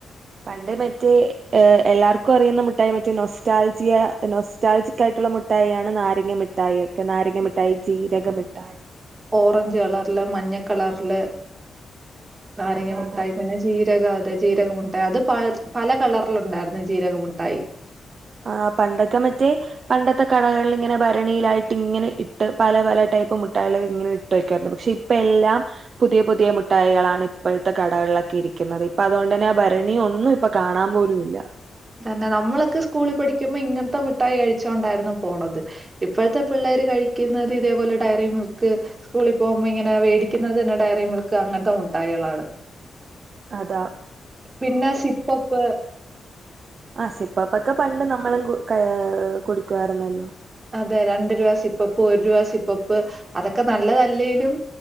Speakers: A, on the right; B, on the right.
A: പണ്ട് മറ്റേ എല്ലാർക്കും അറിയുന്ന മുട്ടായി മറ്റേ നൊസ്റ്റാൽജിയ നൊ സ് സ്റ്റാൽജിക്കായിട്ടുള്ള മിഠായി ആണ് നാരങ്ങ മിഠായി ഒക്കെ നാരങ്ങ മിഠായി ജീരക മിഠായി
B: ഓറഞ്ച് കളറില് മഞ്ഞ കളറില് നാരങ്ങ
A: അതെ
B: മുട്ടായി
A: അതെ
B: പിന്നെ.. ജീരകം അതെ ജീരകമുട്ടായി അത് പ പല കളറിലുണ്ടായിരുന്നു ജീരക മുട്ടായി
A: ആഹ് പണ്ടൊക്കെ മറ്റേ പണ്ടത്തെ കടകളിൽ ഇങ്ങനെ ഭരണിയിലായിട്ട് ഇങ്ങനെ ഇട്ട് പല പല ടൈപ്പ് മുട്ടായികളക്കെ ഇങ്ങനെ ഇ മുട്ടക്കരുന്നു പക്ഷെ ഇപ്പ എല്ലാം പുതിയ പുതിയ മുട്ടായികളാണ് ഇപ്പോഴത്തെ കടകളിലൊക്കെ ഇരിക്കുന്നത് അപ്പൊ അതുകൊണ്ട് തന്നെ ആ ഭരണിയ ഒന്നും ഇപ്പൊ കാണാൻ പോലും ഇല്ല
B: തന്നെ നമ്മളൊക്കെ സ്കൂളിൽ പഠിക്കുമ്പോ ഇങ്ങനത്തെ മുഠായി കഴിച്ചോൊണ്ടായിരുന്നു പോണത് ഇപ്പോഴത്തെ പിള്ളേർ കഴിക്കുന്നത് ഇതേപോലെ ഡയറി മിൽക്ക് സ്കൂളിൽ പോകുമ്പോ ഇങ്ങനെ വേടിക്കുന്നത് തന്നെ ഡയറി മിൽക്ക് അങ്ങനത്തെ മുഠായികളാണ്
A: അതാ
B: പിന്നെ സിപ്പപ്പ്
A: ആഹ് സിപ്പപ്പൊക്കെ പണ്ട് നമ്മളും കുടിക്കുവാരുന്നല്ലോ
B: അതെ രണ്ട് രൂപ സിപ്പപ്പ് ഒരു രൂപ സിപ്പപ്പ് അതൊക്കെ നല്ലതല്ലേലും